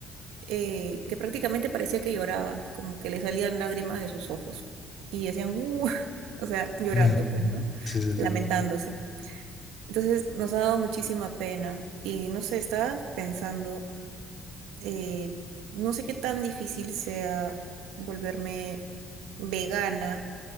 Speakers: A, on the right (about 85°); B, on the left (about 35°).
A: eh, que prácticamente parecía que lloraba, como que le salían lágrimas de sus ojos y hacía "mu", <laughs> o sea, llorando,
B: Ujú.
A: pues, ¿no?
B: Sí, sí,
A: Lamentándose.
B: sí.
A: Entonces nos ha dado muchísima pena y no sé, estaba pensando, eh, no sé qué tan difícil sea volverme vegana